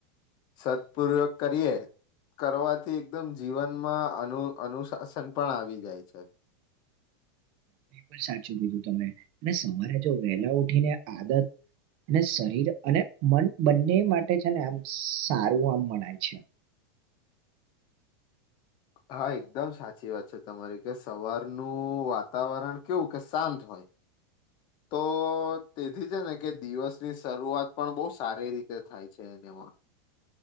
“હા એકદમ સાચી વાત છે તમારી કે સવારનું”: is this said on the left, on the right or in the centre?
Left